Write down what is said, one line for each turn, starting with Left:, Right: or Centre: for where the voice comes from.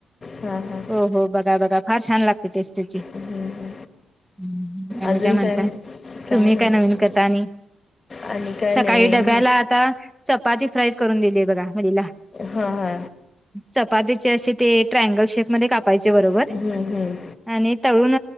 Left: हा हा.
Centre: हो हो बघा बघा फार छान लागते टेस्ट तेची.
Left: हं.
Centre: हम्म आणि
Left: अजून
Centre: काय म्हणता
Left: मग
Centre: तुम्ही
Left: नाही
Centre: काय नवीन
Left: बघ
Centre: करता आणि?
Left: आणि काय
Centre: सकाळी
Left: नवीन
Centre: डब्याला आता चपाती फ्राय करून दिलीय बघा मुलीला.
Left: हा हा.
Centre: चपातीचे अशे ते ट्रयगल शेप मध्ये कापायचे बरोबर
Left: हं, हं.
Centre: आणि तळून